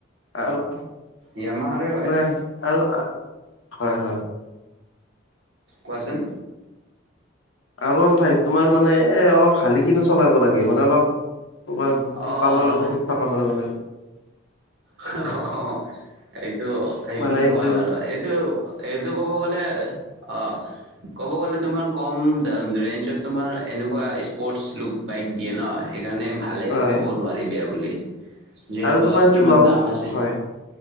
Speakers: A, on the left; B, on the right.
A: আৰু
B: য়ামাহাৰে হয়
A: নাই আৰু আ হয়, হয়।
B: কোৱাচোন?
A: আৰ ওৱান ফাইভ তোমাৰ মানে এ অলপ শালি কিনে চলাব লাগে, মানে অলপ তোমাৰ কঁকালৰ
B: অ' অ' অলপ
A: অসুখ থকা মানে মানে।
B: হাহ হহ এই, এইটো সেইটোতো
A: মানে এইটো
B: হয় বাৰু। এইটো এইটো ক'ব গলে অ, ক'ব গ'লে তোমাৰ কম ৰেঞ্জত তোমাৰ এনেকুৱা স্পৰ্টছ লুক বাইক দিয়ে ন, সে সেইকাৰণে ভালেই
A: হয়
B: ক'ব নোৱাৰি বেয়া বুলি। যেনেকুৱা
A: আৰু তোমাৰ এইটো
B: কিমান
A: লং
B: দাম আছে
A: হয়,